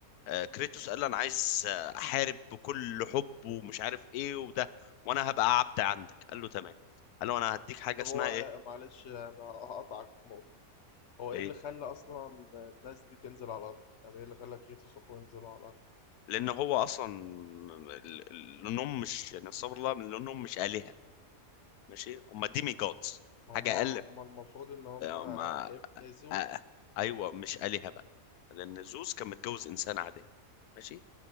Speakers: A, on the left (about 85°); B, on the left (about 60°).
A: آه كريتوس قال له انا عايز آه، احارب بكل حب ومش عارف ايه وده وانا هبقى عبد عندك قال له تمام قال له انا هديك حاجه
B: طب
A: اسمها
B: هو آه،
A: ايه
B: معلش انا هقطعك في نقطة هو
A: ايه
B: ايه اللي خلى اصلا الناس دي تنزل على الارض يعني ايه اللي خلى كريتوس واخوه ينزلوا على الارض
A: لان هو اصلا ال- ال- لانهم مش يعني استغفر الله لانهم مش الهه ماشي هم ديمي جودز
B: هما
A: حاجه اقل
B: هما
A: آه،
B: المفروض ان هما
A: آه، ما
B: ابن زيوس
A: آه، آه، ايوه مش آلهة بقى لان زوس كان متجوز انسان عادي ماشي